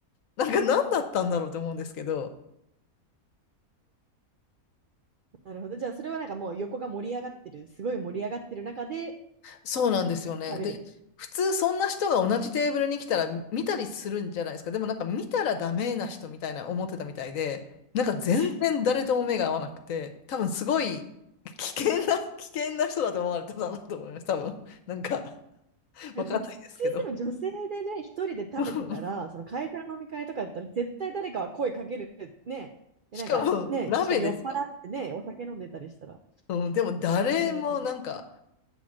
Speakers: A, on the left; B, on the right.
A: なんか何だったんだろうと思うんですけど、
B: なるほど。じゃあ、それはなんかもう横が盛り上がってる、すごい盛り上がってる中で
A: そうなんですよね。
B: 食べる。
A: で、普通そんな人が同じテーブルに来たら見たりするんじゃないですか。でもなんか見たらダメな人みたいな思ってたみたいで、なんか全然誰とも目が合わなくて、
B: <laughs>
A: 多分すごい危険な、<laughs> 危険な人だと思われたんだなと思います。多分。なんか
B: いや普通でも女性でね、
A: わかんないですけど。
B: 一人で食べてたら、
A: <laughs>
B: その会社の飲み会とかだったら、絶対誰かは声かけるね。で、
A: しかも鍋ですよ。
B: なんかね、しかも酔っ払ってね、お酒飲んでたりしたら。
A: うん、でも誰もなんか
B: へえ